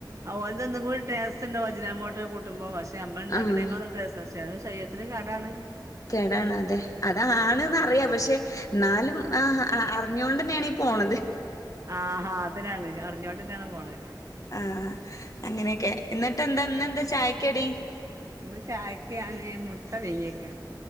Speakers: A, on the right (about 40°); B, on the left (about 45°).
A: ഓൽത് ഒന്നും കൂടി ടെസ്റ്റ് ഇണ്ടാവും അജിനാമോട്ടോ കുട്ടുമ്പം പക്ഷെ അമ്മൾ ഇണ്ടാക്ക്ണെകാ
B: ആഹ്
A: ടെസ്റ്റാ പഷേ അത് ശരീരത്തിന് കെടാണ്
B: കേടാണ് അതെ അതാ ആണ്ന്ന് അറിയാ പക്ഷെ ന്നാലും ആ അർഞ്ഞുകൊണ്ടന്നെണ് പോണത്
A: ആഹാ അതന്നെണ് അറിഞ്ഞോണ്ടന്നെണ് പോണെ
B: ആ അങ്ങനെയൊക്കെ എന്നട്ട് എന്താ ഇന്ന് എന്താ ചായക്കടി
A: ഇന്ന് ചായക്ക് ഞാന് മുട്ട പീങ്ങിയേക്ക